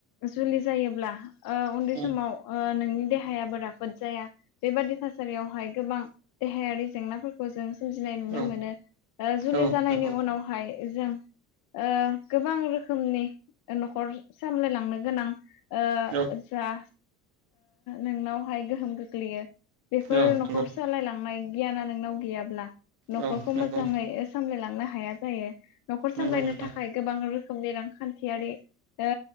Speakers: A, on the left (about 45°); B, on the right (about 70°).
A: जुलि जायोब्ला ओ उन्दै
B: उम
A: समाव नोंनि देहायाबो राफोद जाया बेबादि थासारियावहाय गोबां देहायारि जेंनाफोरखौ जों सोमजिनाय नुनो
B: औ
A: मोनो ओ जुलि
B: औ
A: जानायनि
B: नंगौ
A: उनावहाय जों ओ गोबां रोखोमनि नखर सामलायलांनो गोनां ओ
B: औ
A: जा नोंनावहाय गोहोम गोग्लैयो बेफोर
B: औ
A: नखर
B: नंगौ नोंथां
A: सालायलांनाय गियाना नोंनाव गैयाब्ला नखरखौ
B: औ नंगौ
A: मोजाङै
B: नोंथां
A: सामलायलांनो हाया जायो नखर सामलायनो
B: नंगौ नोंथां
A: थाखाय गोबां रोखोम रोखोमनि रांखान्थियारि ओ